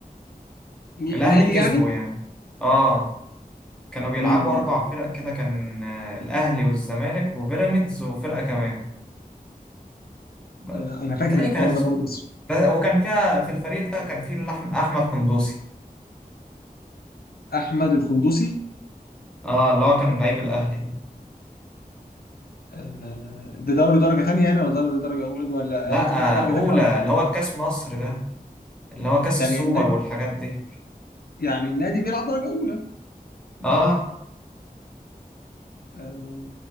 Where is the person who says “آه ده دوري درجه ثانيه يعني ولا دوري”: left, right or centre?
Left